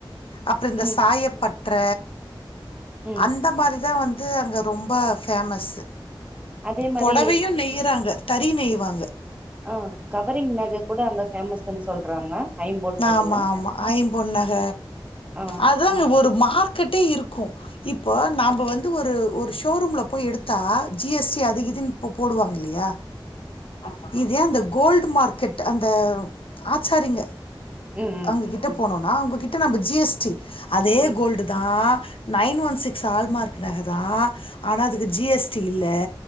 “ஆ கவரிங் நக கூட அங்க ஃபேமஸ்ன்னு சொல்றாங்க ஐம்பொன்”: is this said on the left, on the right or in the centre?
Right